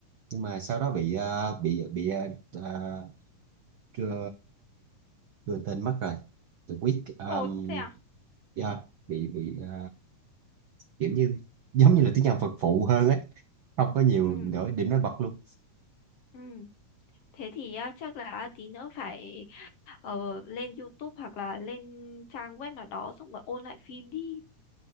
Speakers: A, on the right; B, on the left.
A: nhưng mà sau đó bị ờ, bị bị uh, chưa đưa tên mất rồi từ Week
B: Ồ
A: um,
B: thế à?
A: yeah, bị bị ờ, kiểu như giống như là tiếng nhạc phật phụ hơn ấy không có nhiều
B: Ừ,
A: nổi điểm nổi bật luôn
B: ừ. Thế thì à, chắc là tí nữa phải ờ, lên YouTube hoặc là lên trang web nào đó xong rồi ôn lại phim đi